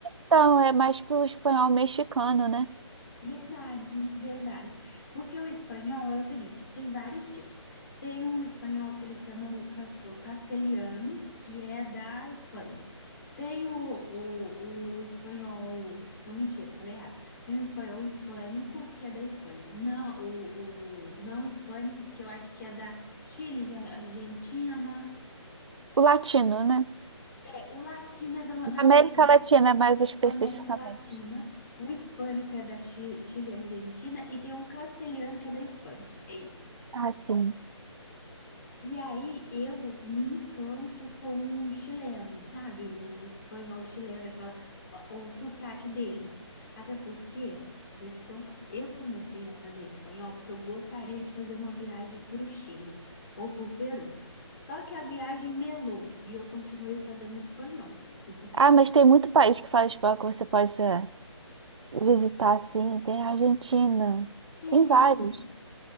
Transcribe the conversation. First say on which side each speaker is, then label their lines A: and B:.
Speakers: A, on the right (about 70°); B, on the left (about 35°).
A: então, é mais pro espanhol mexicano, né?
B: Verdade, verdade. Porque o espanhol é o seguinte, tem vários tipos. Tem o espanhol que eles chamam o cas- o castelhano, que é da Espanha. Tem o, o, o espanhol, não, mentira, falei errado. Tem o espanhol hispânico, que é da Espanha. Não, o, o não hispânico, que eu acho que é da Chile, de Argentina.
A: O latino, né?
B: É, o latino é da, da
A: América
B: América
A: Latina, mais especificamente.
B: da América Latina, o hispânico é da Chi- Chile e Argentina, e tem um castelhano que é da Espanha. É isso.
A: Ah, sim.
B: E aí eu me encanto com o chileno, sabe? O espanhol chileno, aquela, o, o sotaque deles. Até porque, vou te contar, eu comecei a fazer espanhol porque eu gostaria de fazer uma viagem para o Chile ou para o Peru. Só que a viagem melou e eu continuei fazendo espanhol. <laughs>
A: Ah, mas tem muito país que fala espanhol que você pode eh, visitar, sim. Tem a Argentina,
B: Tem.
A: tem vários.